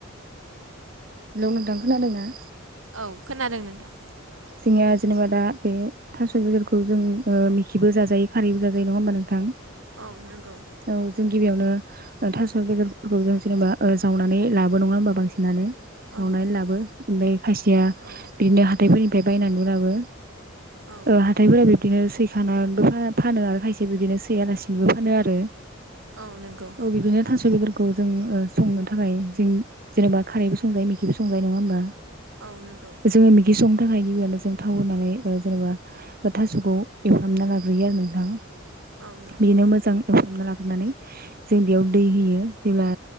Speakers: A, on the right; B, on the right.
A: हेलौ नोंथां खोनादों ना?
B: औ खोनादों नोंथां।
A: जोंनिया जेनेबा दा बे थास' बेदरखौ जों ओ मिखिबो जाजायो खारैबो जाजायो नङा होमबा नोंथां।
B: औ नोंगौ
A: औ जों गिबियावनो ओथास' बेदरफोरखौ जों जेनेबा ओ जावनानै लाबो नङा होमबा बांसिनानो
B: औ
A: जावनानै
B: नंगौ
A: लाबो ओमबाय खायसेया
B: औ
A: थायफोरनिफाय बायनानैबो लाबो
B: औ
A: ओ हाथायफोरा बे दिनो सैखानानबो फा फानो आरो खायसे बिदिनो सैयालासिनोबो फानो आरो
B: औ नोंगौ
A: औ <unintelligible> बेदरखौ जों ओ संनो थाखाय जों जेनेबा खारैबो संजायो मिखिबो संजायो नङा होमबा
B: औ नोंगौ
A: जोङो मिगि संनो थाखाय गिबियावनो जों थाव होनानै ओ जेनेबा ओ थास'खौ एवफ्रामना लाग्रोयो आरो नों थां
B: औ नंगौ
A: बिदिनो मोजां <unintelligible> लाग्रोनानै जों बेयाव दै होयो जेब्ला